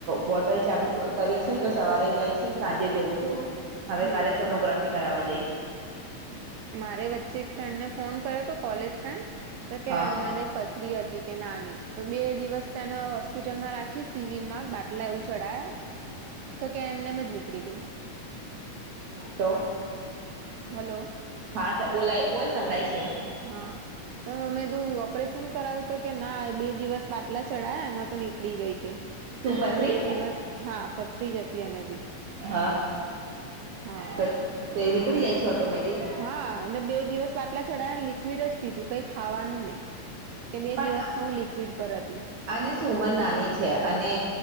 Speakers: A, on the right (about 65°); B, on the right (about 80°).
A: બોટલ ચાલુ કરી છે તો સવારે જાય છે. સાંજે જોઉં છું હવે
B: હમ
A: કાલે સોનોગ્રાફી કરાવા જઈશ.
B: મારે વચ્ચે એક ફ્રેન્ડને ફોન કર્યો હતો કોલેજ ફ્રેન્ડ તો કે
A: હા
B: મને પથરી હતી કે નાની તો બે દિવસ તેને હોસ્પિટલમાં રાખી સિવિલ માં બાટલા એવું ચઢાયા તો ક્યાં એમને મ જ નીકળી ગઈ.
A: તો
B: હલો.
A: હા તો બોલાય બોલ સંભળાય છે.
B: હા. તો મેધું ઓપરેશન કરાવ્યું તો કે ના બે દિવસ બાટલા ચઢાયા એમાં તો નીકળી ગઈ કે
A: શું પથરી
B: અને બે દિવસ હા પથરી જતી અને બી
A: હા
B: હા.
A: બસ તો નીકળી જાય છે ઓટોમેટિક
B: હા બે દિવસ બાટલા ચઢાવને લિક્વિડ જ પીધું કઈ ખાવાનું નહી. કે બે
A: પણ
B: દિવસ કે હું લિક્વિડ પર હતી.
A: આને સુમન નાની છે અને